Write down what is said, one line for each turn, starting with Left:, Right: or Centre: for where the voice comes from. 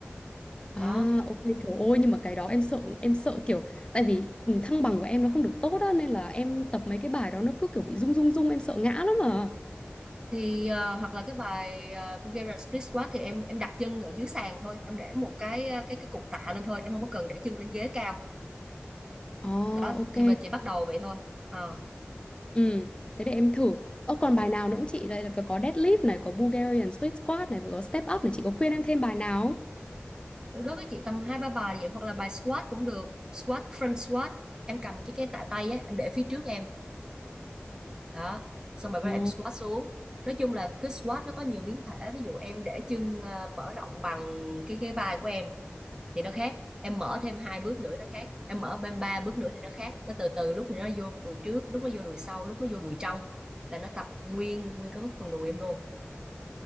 Left: À
Right: đó
Left: ok trời ơi nhưng mà cái đó em sợ em sợ kiểu tại vì ừ, thăng bằng của em nó không được tốt á nên là em tập mấy cái bài đó nó cứ kiểu bị rung rung rung em sợ ngã lắm mà,
Right: thì ờ, hoặc là cái bài ờ, Bulgarian split squat thì em em đặt chân ở dưới sàn thôi em để một cái ờ, cái cái cục tạ lên thôi em không có cần để chân lên ghế cao
Left: À Ờ,
Right: đó
Left: ok.
Right: thì mình chỉ bắt đầu vậy thôi Ờ.
Left: Ừ, thế để em thử. Ơ còn bài nào nữa không chị? Đây là phải có deadlift này, có Bulgarian split squat này, phải có step up này, chị có khuyên em thêm bài nào không?
Right: đối với chị tầm hai ba bài vậy hoặc là bài squat cũng được squat front squat em cầm cái cái tạ tay á em để phía trước em đó xong rồi bắt
Left: Ồ,
Right: đầu em squat xuống nói chung là cứ squat nó có nhiều biến thể ví dụ em để chân ờ, mở rộng bằng cái cái vai của em thì nó khác em mở thêm hai bước nữa nó khác em mở bên ba bước nữa thì nó khác nó từ từ lúc thì nó vô đùi trước lúc nó vô đùi sau lúc nó vô đùi trong là nó tập nguyên nguyên cái phần đùi em luôn